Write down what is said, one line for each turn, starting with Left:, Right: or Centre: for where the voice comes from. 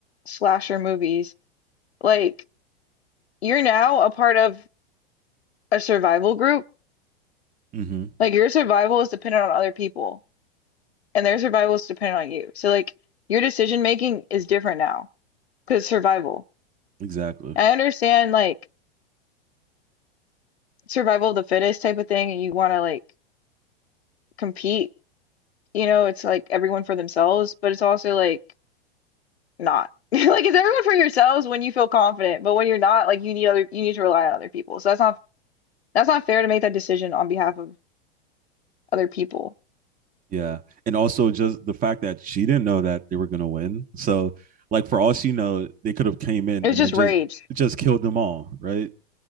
Left: slasher movies, like, you're now a part of a survival group.
Right: hmm
Left: Like, your survival is dependent on other people, and their survival is dependent on you. So, like, your decision making is different now because survival.
Right: exactly.
Left: I understand, like, survival of the fittest type of thing, and you want to, like, compete you know, it's like everyone for themselves, but it's also like not. <laughs> Like it's everyone for yourselves when you feel confident, but when you're not, like you need other you need to rely on other people. So that's not that's not fair to make that decision on behalf of other people.
Right: Yeah. And also just the fact that she didn't know that they were gonna win. So like for all she know, they could have came in
Left: It
Right: and
Left: was just
Right: then just
Left: rage.
Right: just killed them all, right?